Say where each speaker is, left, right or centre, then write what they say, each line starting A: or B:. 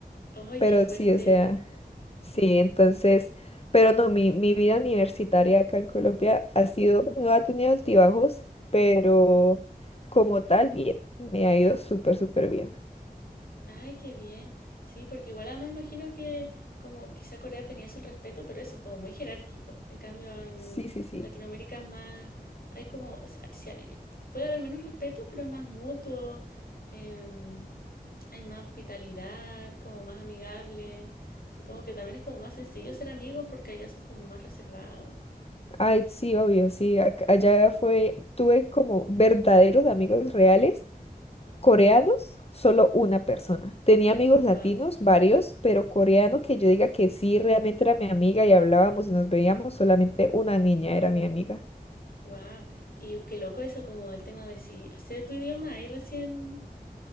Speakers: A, on the left; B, on the left.
A: Ay,
B: Pero
A: qué fuerte.
B: sí, o sea, sí, entonces, pero no, mi, mi vida universitaria acá en Colombia ha sido, no ha tenido altibajos, pero como tal, bien, me ha ido súper, súper bien.
A: Ay, qué bien. Sí, porque igual además imagino que como quizá Corea tenía eso el respeto, pero eso es como muy jerárquico. En cambio, en
B: Sí, sí, sí.
A: Latinoamérica es más, hay como, o sea, si hay- puede haber menos respeto, pero es más mutuo, em, hay más hospitalidad, es como más amigable. Supongo que también es como más sencillo ser amigos porque allá son como más reservados.
B: Ay, sí, obvio, sí. ac- Allá fue, tuve como verdaderos amigos reales. Coreanos, solo una persona. Tenía amigos
A: Wow,
B: latinos, varios, pero coreano que yo diga que sí, realmente era mi amiga y hablábamos y nos veíamos, solamente una niña era mi amiga.
A: wow. Y qué loco eso como el tema de si hacer tu idioma ahí recién.